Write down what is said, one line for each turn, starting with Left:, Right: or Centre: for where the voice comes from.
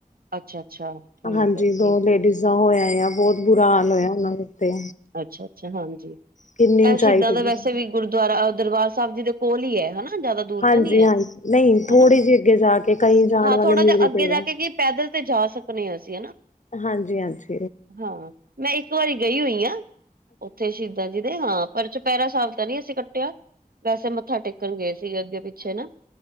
Right: ਅੱਛਾ-ਅੱਛਾ, ਠੀਕ
Left: ਹਾਂਜੀ
Right: ਐ
Left: ਦੋ
Right: ਠੀਕ
Left: ਲੇਡੀਜ਼
Right: ਐ।
Left: ਹੋਇਆ ਆ, ਬੋਤ ਬੁਰਾ ਹਾਲ ਹੋਇਆ, ਉਹਨਾਂ ਦੇ ਉੱਤੇ।
Right: ਅੱਛਾ-ਅੱਛਾ, ਹਾਂਜੀ,
Left: ਕਿੰਨੀ
Right: ਏਹ
Left: ਉਚਾਈ
Right: ਸ਼ਹੀਦਾਂ
Left: ਤੇ
Right: ਦਾ
Left: ਗਿਰੇ।
Right: ਵੈਸੇ ਵੀ ਗੁਰਦੁਆਰਾ ਅ ਦਰਬਾਰ ਸਾਹਿਬ ਜੀ ਦੇ ਕੋਲ ਈ ਐ ਹਨਾ। ਨਹੀ ਜ਼ਿਆਦਾ ਦੂਰ
Left: ਹਾਂਜੀ
Right: ਤਾਂ ਨੀ
Left: ਹਾਂਜੀ
Right: ਐ
Left: ਨਹੀਂ ਥੋੜ੍ਹੀ
Right: ਹਨਾ,
Left: ਜਿਹੀ ਅੱਗੇ ਜਾ ਕੇ ਕਈ ਜਾਣ
Right: ਹਾਂ
Left: ਵਾਲੇ
Right: ਥੋੜਾ
Left: ਮਿਊਰੀ
Right: ਜਿਹਾ ਅੱਗੇ
Left: ਤੇ
Right: ਜਾ
Left: ਆ
Right: ਕੇ ਕੀ ਪੈਦਲ ਤੇ ਜਾ ਸਕਨੇ ਆਂ ਅਸੀਂ ਹਨਾ।
Left: ਹਾਂਜੀ-ਹਾਂਜੀ।
Right: ਹਾਂ, ਮੈਂ ਇੱਕ ਵਾਰੀ ਗਈ ਓਈ ਆਂ, ਉੱਥੇ ਸ਼ਹੀਦਾਂ ਜੀ ਦੇ ਤੇ ਹਾਂ, ਪਰ ਚੁਪੈਰਾ ਸਾਬ ਤਾਂ ਨੀ ਅਸੀਂ ਕੱਟਿਆ। ਵੈਸੇ ਮੱਥਾ ਟੇਕਣ ਗਏ ਸੀ ਅੱਗੇ-ਪਿੱਛੇ ਨਾ।